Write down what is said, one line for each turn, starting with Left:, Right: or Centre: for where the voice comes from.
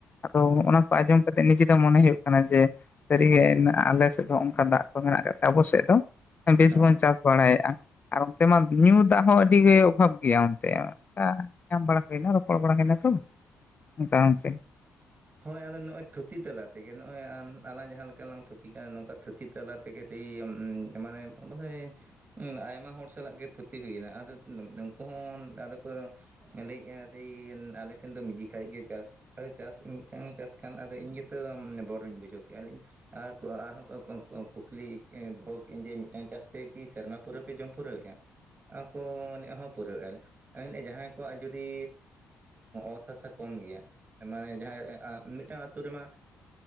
Left: ᱟᱫᱚ ᱚᱱᱟ ᱠᱚ ᱟᱸᱡᱚᱢ ᱠᱟᱛᱮ ᱱᱤᱡᱮ ᱫᱚ ᱢᱚᱱᱮ ᱦᱩᱭᱩᱜ ᱠᱟᱱᱟ ᱡᱮ ᱥᱟᱹᱨᱤᱜᱮ ᱟᱞᱮ ᱥᱮᱫ ᱫᱚ ᱚᱱᱠᱟ ᱫᱟᱜ ᱠᱚ ᱢᱮᱱᱟᱜ ᱠᱟᱜ ᱛᱮ ᱟᱵᱚ ᱥᱮᱫ ᱫᱚ ᱵᱮᱥ
Right: ᱦᱳᱭ
Left: ᱵᱚᱱ ᱪᱟᱥ ᱵᱟᱲᱟᱭᱮᱜᱼᱟ ᱟᱨ ᱚᱱᱛᱮ ᱢᱟ ᱧᱩ ᱫᱟᱜ ᱦᱚᱸ ᱟᱹᱰᱤ ᱜᱮ ᱚᱵᱷᱟᱵᱽ ᱜᱮᱭᱟ ᱚᱱᱛᱮ ᱚᱱᱠᱟᱧ ᱵᱟᱲᱟ ᱦᱩᱭᱱᱟ ᱨᱚᱯᱚᱲ ᱵᱟᱲᱟ ᱦᱩᱭ ᱮᱱᱟ ᱛᱚ ᱚᱱᱠᱟ ᱚᱱᱛᱮ
Right: ᱦᱳᱭ ᱟᱫᱚ ᱱᱚᱜᱼᱚᱭ ᱛᱷᱩᱛᱤ ᱛᱟᱞᱟ ᱛᱮᱜᱮ ᱱᱚᱜᱼᱚᱭ ᱟᱞᱟᱝ ᱡᱟᱦᱟᱸ ᱞᱮᱠᱟ ᱞᱟᱝ ᱛᱷᱩᱛᱤ ᱠᱟᱱᱟ ᱱᱚᱝᱠᱟ ᱛᱷᱩᱛᱤ ᱛᱟᱞᱟ ᱛᱮᱜᱮ ᱥᱮᱭ ᱢᱟᱱᱮ ᱢᱟᱱᱮ ᱟᱭᱢᱟ ᱦᱚᱲ ᱥᱟᱞᱟᱜ ᱜᱮ ᱛᱷᱩᱛᱤ ᱦᱩᱭᱱᱟ ᱟᱫᱚ ᱩᱱᱩᱠᱩ ᱦᱚᱸ ᱟᱫᱚ ᱠᱚ ᱞᱟᱹᱭᱮᱫᱼᱟ ᱥᱮᱭ ᱟᱞᱮᱥᱮᱱ ᱫᱚ ᱢᱤᱫ ᱡᱮᱠᱷᱟ ᱜᱮ ᱪᱟᱥ ᱟᱫᱚ ᱪᱟᱥ ᱢᱤᱫᱴᱟᱝ ᱪᱟᱥ ᱠᱷᱟᱱ ᱟᱫᱚ ᱤᱧ ᱜᱮᱛᱚ ᱵᱚᱨᱤᱧ ᱵᱩᱡᱷᱟᱹᱣ ᱠᱮᱜᱼᱟ ᱞᱟᱹᱭᱼᱼ ᱟᱨ ᱠᱚ ᱟᱨᱦᱚᱸ ᱠᱚ ᱠᱚ ᱠᱚ ᱠᱩᱠᱞᱤ ᱫᱚᱦᱚ ᱠᱮᱜᱼᱟᱹᱧ ᱡᱮ ᱢᱤᱫᱴᱟᱱ ᱪᱟᱥᱛᱮ ᱠᱤ ᱥᱮᱨᱢᱟ ᱯᱩᱨᱟᱹᱣ ᱯᱮ ᱡᱚᱢ ᱯᱩᱨᱟᱹᱣᱮᱫᱼᱟ? ᱟᱠᱚ ᱢᱮᱱᱟ ᱦᱚᱸ ᱯᱩᱨᱟᱹᱣ ᱮᱜᱼᱟᱞᱮ ᱾ ᱡᱟᱦᱟᱸᱭ ᱠᱚᱣᱟᱜ ᱡᱚᱫᱤ ᱚᱛ ᱦᱟᱥᱟ ᱠᱚᱢ ᱜᱮᱭᱟ ᱢᱟᱱᱮ ᱡᱟᱦᱟᱸᱭ ᱟ ᱢᱤᱫᱴᱟᱝ ᱟᱛᱳ ᱨᱮᱢᱟ